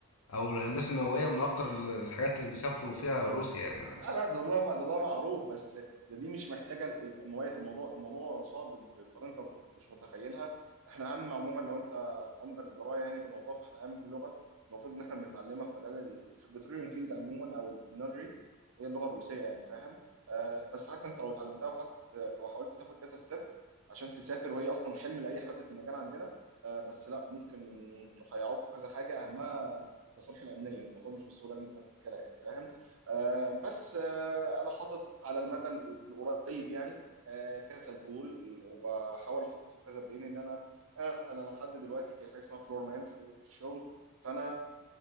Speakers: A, on the left (about 70°); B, on the right (about 65°).
A: او الهندسه النوويه من اكتر الحاجات اللي بيسافروا فيها روسيا يعني
B: لا لا ده ده ده ده معروف بس ده دي مش محتاجه المميز الموضوع الموضوع صعب ب- بطريقه انت مش متخيلها احنا اهم عموما لو انت عندك درايه يعني بالموضوع فاحنا اهم لغه المفروض ان احنا بنتعلمها في مجال ال- في البتروليوم فيلد عموما او الانرجي هي اللغه الروسيه يعني فاهم آه بس حتى انت لو اتعلمتها وخدت وحاولت تاخد كذا ستيب عشان تسافر وهي اصلا حلم لاي حد في المجال عندنا آه بس لا ممكن هيعوقوا كذا حاجه اهمها التصاريح الامنيه الموضوع مش بالسهوله اللي انت فاكرها يعني فاهم آه، بس آه، انا حاطط على المدى ال- القريب يعني آه، كذا جول وبحاول احطه كذا بلين ان انا انا أنا لحد دلوقتي حاجه اسمها فلور مان في في الشغل فانا